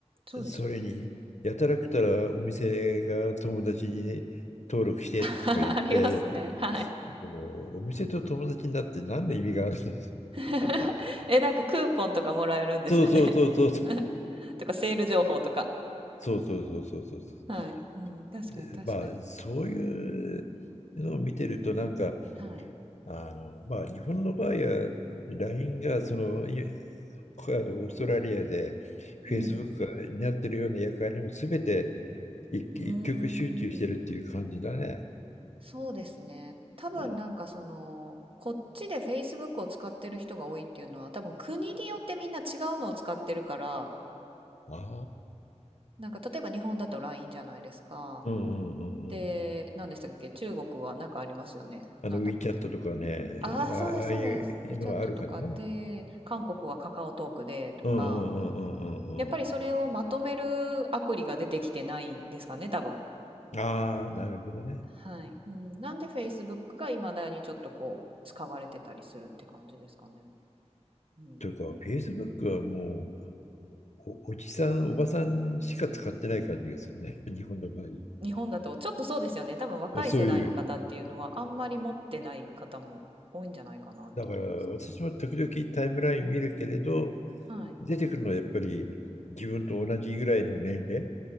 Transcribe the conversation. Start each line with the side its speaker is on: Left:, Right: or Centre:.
Right: そうですよね。
Left: うん。それに、やたらくたらお店が友達に登録してとか言って、
Right: <laughs> ありますね。はい。
Left: でも、お店と友達になって何の意味があるんだ
Right: <laughs> え、なんかクーポンとかもらえるんですよね。
Left: <laughs> そうそうそうそう
Right: <laughs> とか、セール情報とか。
Left: そうそうそうそうそうそう
Right: はい。うん、確かに確かに。
Left: でまあ、そういうのを見てると、なんか、
Right: はい。
Left: あの、まあ、日本の場合は、LINE が、その、いあのオーストラリアで、
Right: うん。
Left: Facebook が担ってるような役割も全て一一極集中してるっていう感じだね。
Right: うーん、そうですね。多分なんかその、
Left: あ
Right: こっちで Facebook を使ってる人が多いっていうのは、多分国によってみんな違うのを使ってるから、
Left: あ、
Right: なんか例えば日本だと LINE じゃないですか。
Left: うんうんうんうん。
Right: で、何でしたっけ中国はなんかありますよね。
Left: あの
Right: なんだっけ
Left: WeChat とかね、
Right: ああー、
Left: あああいうのはあるからね。
Right: そうです、そうです。WeChat とかで、韓国はカカオトークでとか、
Left: うんうんうんう
Right: やっぱりそれをまとめるアプリが出てきてないんですかね、
Left: んうん
Right: 多分。
Left: うん。ああ、なるほどね。
Right: はい。うん、なんで Facebook が未だにちょっとこう使われてたりするって感じですかね。うん。
Left: というか、Facebook はもうお、おじさん、おばさんしか使ってない感じがするね。<laughs> 日本の場合。
Right: 日本だとちょっとそうですよね。多分若い世代の方っていうのはあんまり持ってない方も多いんじゃないかなって思いますけど。
Left: そういう。だから、私も時々タイムライン見るけれど、
Right: はい。
Left: 出てくるのはやっぱり自分と同じぐらいの年齢